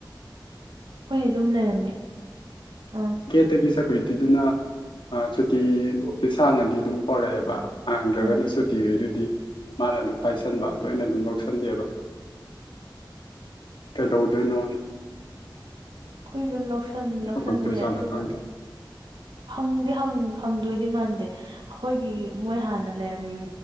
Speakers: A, on the right; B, on the left.
A: ꯑꯩꯈꯣꯏꯗꯤ ꯑꯗꯨꯝ ꯂꯩꯔꯝꯃꯦ ꯑ
B: ꯑꯠꯇꯒꯤ ꯁꯦꯀꯌꯨꯔꯤꯇꯤꯗꯨꯅ ꯁꯨꯇꯤ ꯑꯣꯐꯤꯁ ꯍꯥꯡꯉꯗꯤ ꯑꯗꯨꯝ ꯄꯧꯔꯛꯑꯦꯕ ꯍꯥꯡꯗ꯭ꯔꯒꯅ
A: ꯑꯥ
B: ꯁꯨꯇꯤꯈꯩꯗꯨꯗꯤ ꯃꯥꯅ ꯑꯗꯨꯝ ꯄꯥꯏꯁꯟꯕ ꯑꯗꯨ ꯑꯣꯏꯅ ꯑꯗꯨꯝ ꯂꯧꯁꯟꯗꯦꯕ ꯀꯩꯗꯧꯗꯣꯏꯅꯣ
A: ꯑꯩꯈꯣꯏ ꯑꯗꯨꯝ ꯂꯧꯁꯂꯦ ꯂꯧꯁꯟꯕꯅꯦ
B: ꯍꯪꯉꯛꯇꯣꯏꯖꯥꯠꯂ
A: ꯑꯗꯨꯒ
B: ꯈꯪꯗꯦ
A: ꯍꯪꯗꯤ ꯍꯪꯗꯣꯏꯗꯤ ꯃꯥꯟꯗꯦ ꯑꯩꯈꯣꯏꯒꯤ ꯃꯣꯏ ꯍꯥꯟꯅ ꯂꯩꯔꯝꯃꯤ